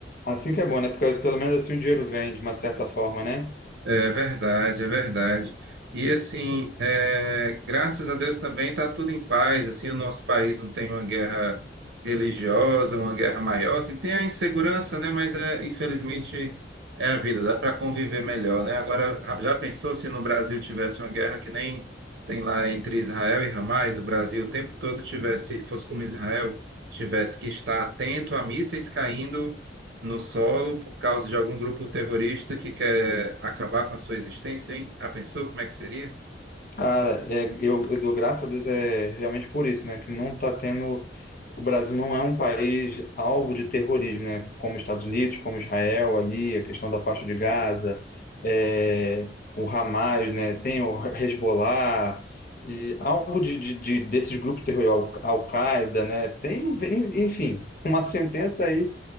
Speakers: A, on the left; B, on the right.
A: Assim que é bom, né? Porque pelo menos assim o dinheiro vem, de uma certa forma, né?
B: É verdade, é verdade. E assim, é, graças a Deus também está tudo em paz. Assim, o nosso país não tem uma guerra religiosa, uma guerra maior. Assim, tem a insegurança, né? Mas é, infelizmente é a vida. Dá para conviver melhor, né? Agora, já pensou se no Brasil tivesse uma guerra que nem tem lá entre Israel e Hamas? O Brasil o tempo todo tivesse, fosse como Israel, tivesse que estar atento a mísseis caindo no solo por causa de algum grupo terrorista que quer acabar com a sua existência, hein? Ah, pensou como é que seria?
A: Cara, é, eu, eu dou graças a Deus é realmente por isso, né? Que não tá tendo. O Brasil não é um país alvo de terrorismo, né? Como os Estados Unidos, como Israel ali, a questão da faixa de Gaza, é, o Hamas, né? Tem o Hezbollah, e alvo de, de, de- desses grupos terroristas, Al- Al-Qaeda, né? Tem, enfim, uma sentença aí,